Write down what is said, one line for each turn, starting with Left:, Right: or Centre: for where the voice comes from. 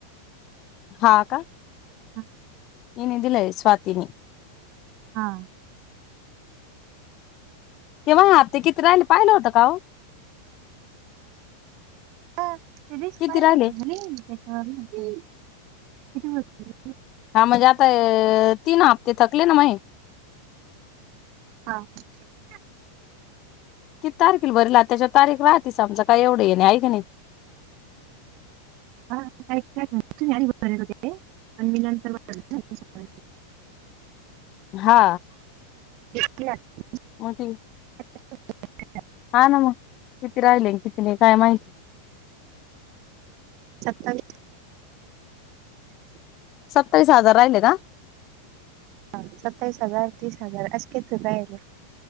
Left: हा, का?
Right: <unintelligible>
Left: इने दिलाय स्वातीनी.
Right: हा.
Left: तेव्हा हप्ते किती राहिले पाहिलं होतं का ओ?
Right: <unintelligible> त्यादिवशी
Left: किती
Right: पाहिलं
Left: राहिले
Right: होतं ना तुम्ही? त्याच्यावर <unintelligible> किती होते ते?
Left: हा म्हणजे आता तीन हप्ते थकले ना माही
Right: हा <unintelligible>
Left: कि तारखेला भरला त्याच्यावर तारीख राह तिचं आमचं काय एवढं ये नाहीये हाय का नाही?
Right: <unintelligible> तुम्ही आधी भरेल होते ते अन् मी नंतर भरले सकाळी.
Left: हा
Right: <unintelligible>
Left: <unintelligible>
Right: <unintelligible>
Left: हा ना मग. किती राहिले किती नाही काय माहिती.
Right: <unintelligible>
Left: सत्तावीस हजार राहिले का?
Right: हा सत्तावीस हजार तीस हजार अस काही तरी राहीले.